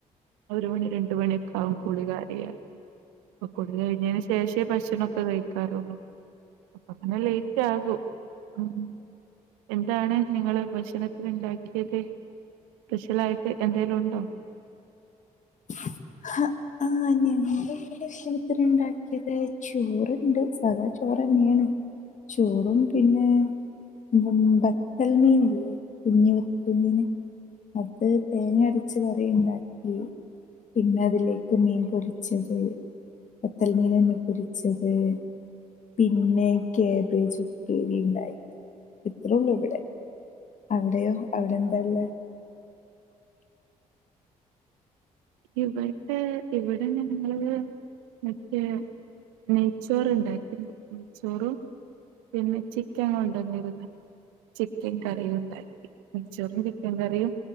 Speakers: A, on the right; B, on the left.
A: ഒരു മണി രണ്ട്മണി ഒക്കെ ആകും കുളി കയിയാൻ അപ്പൊ കുളി കഴിഞ്ഞതിന് ശേഷേ ഭക്ഷണൊക്കെ കഴിക്കാറുള്ളൂ അപ്പങ്ങനെ ലൈറ്റാകും. ഉം എന്താണ് നിങ്ങള് ഭക്ഷണ ത്ത്ന്ണ്ടാക്കിയത് പെഷ്യലായിട്ട് എന്തേലും ഒണ്ടോ
B: ഹ ആ <unintelligible> ഇന്ന് ഭക്ഷണത്തിന് ഇണ്ടാക്കിയത് ചോറ്ണ്ട് സാധാ ചോ റന്യേണ് ചോറും പിന്നെ <unintelligible> അൽമീൻ ഇല്ലേ കുഞ്ഞിവ കുഞ്ഞിന് അട്ത്ത തേങ്ങ അരച്ചു കറി ഉണ്ടാക്കി പിന്ന അതിലേക്കു മീൻ പൊരിച്ചത് പത്തൽ മീന് ന്നെ പൊരിച്ചത് പിന്നെ ക്യാബേജ് ഉപ്പേരി ഇണ്ടാക്കി ഇത്രൊള്ളു ഇവിടെ അവിടെയോ അവിടെന്താള്ളത്
A: ഇവടെ ഇവടെ ഞങ്ങള് മറ്റേ നെയ്ച്ചോറുണ്ടാക്കുന്നു നെയ്ച്ചോറും പിന്നെ ചിക്കൻ കൊണ്ടന്നിരുന്നു ചിക്കൻ കറി ഉണ്ടാക്കി നെയ്ച്ചോറും ചിക്കൻ കറിയും